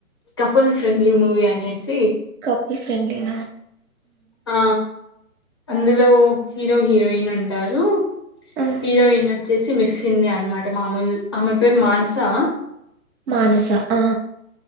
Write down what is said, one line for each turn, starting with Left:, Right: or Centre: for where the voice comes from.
Left: కపుల్ ఫ్రెండ్లీ మూవీ అనేసి
Right: కపిల్ ఫ్రెడ్లీ ఇ
Left: ఆ అందులో హీరో హీరోయిన్ ఉంటారు
Right: ఆ
Left: హీరోయిన్ చ్చేసి మిస్సిండియా అనమాట మామూలు ఆమె పేరు మాన్సా
Right: మానస ఆ